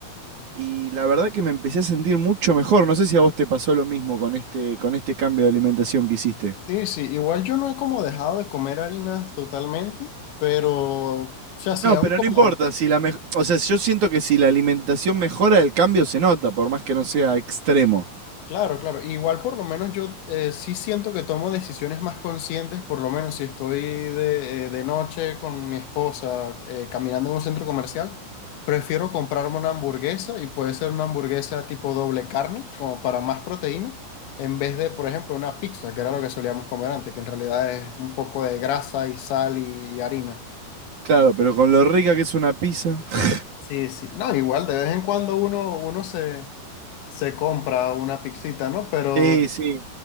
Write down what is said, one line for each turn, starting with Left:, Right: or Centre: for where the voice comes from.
Right: Y la verdad que me empecé a sentir mucho mejor. No sé si a vos te pasó lo mismo con este, con este cambio de alimentación que hiciste.
Left: Sí, sí, igual yo no he como dejado de comer harinas totalmente, pero, o sea, sí
Right: No,
Left: hago
Right: pero
Left: como,
Right: no importa, si la mej- o sea, yo siento que si la alimentación mejora, el cambio se nota, por más que no sea extremo.
Left: Claro, claro. Igual por lo menos yo eh, sí siento que tomo decisiones más conscientes, por lo menos si estoy de, eh, de noche con mi esposa eh, caminando en un centro comercial, prefiero comprarme una hamburguesa y puede ser una hamburguesa tipo doble carne, como para más proteína, en vez de, por ejemplo, una pizza, que era lo que solíamos comer antes, que en realidad es un poco de grasa y sal y, y harina.
Right: Claro, pero con lo
Left: Sí,
Right: rica que es una pizza. <laughs>
Left: sí. sí. No, igual de vez en cuando uno, uno se, se compra una pizzita, ¿no? Pero...
Right: Sí, sí.